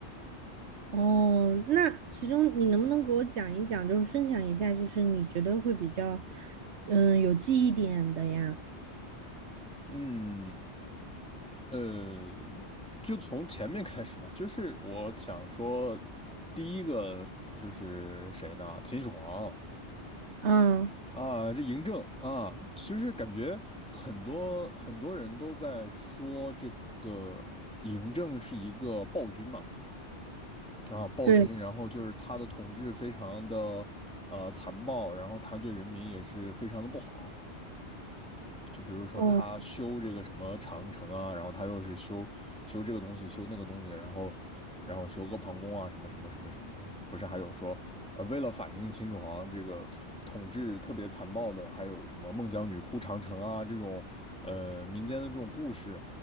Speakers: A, on the right; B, in the centre.
A: 哦，那其中你能不能给我讲一讲，就是分享一下，就是你觉得会比较，嗯，有记忆点的呀？
B: 嗯，呃，就从前面开始嘛，就是我想说，第一个就是谁呢？秦始皇。
A: 嗯，
B: 啊，这嬴政啊，其实感觉很多很多人都在说这个嬴政是一个暴君嘛，啊，暴君，
A: 对，
B: 然后就是他的统治非常的呃残暴，然后他对人民也是非常的不好，就比如说他修这个什么长城啊，
A: 哦，
B: 然后他又是修修这个东西，修那个东西，然后然后修阿房宫啊，什么什么什么什么东西的，不是还有说，呃，为了反映秦始皇这个统治特别残暴的，还有什么孟姜女哭长城啊这种，呃，民间的这种故事，